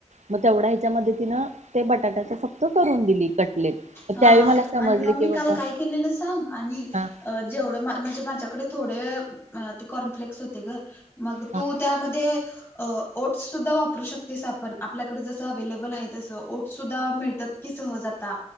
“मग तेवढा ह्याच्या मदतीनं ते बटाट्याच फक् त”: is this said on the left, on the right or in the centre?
Right